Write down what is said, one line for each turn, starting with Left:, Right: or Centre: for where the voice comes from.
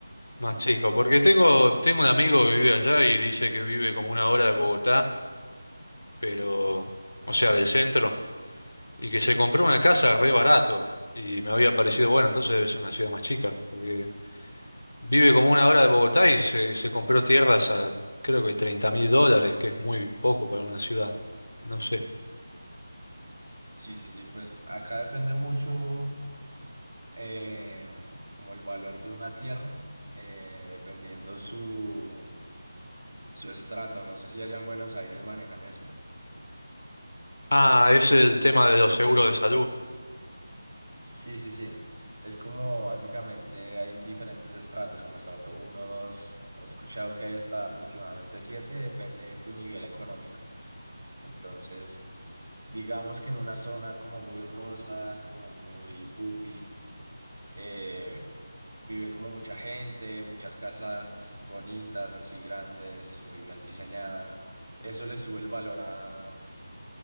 Right: Sí,
Left: más chico,
Right: sí, sí.
Left: porque tengo, tengo un amigo que vive allá y dice que vive como una hora de Bogotá, pero, o sea, del centro, y que se compró una casa re barato y me había parecido, bueno, entonces debe ser una ciudad más chica, porque Vive como una hora de Bogotá y se, se compró tierras a creo que treinta mil dólares, que es muy poco para una ciudad. No sé.
Right: Sí, sí, sí, pues acá depende mucho eh, como el valor de una tierra, eh, dependiendo su, su estrato. No sé si allá en Buenos Aires manejan eso.
Left: Ah, es el tema de los seguros de salud.
Right: Sí, sí, sí. Es como básicamente hay diferentes estratos, como estrato uno dos He escuchado que hay hasta aproximadamente siete depende de tu nivel económico. Entonces, digamos que en una zona como muy rosa, como muy pupi, eh, vive como mucha gente, muchas casas bonitas, así grandes, muy bien diseñadas. Eso le sube el valor a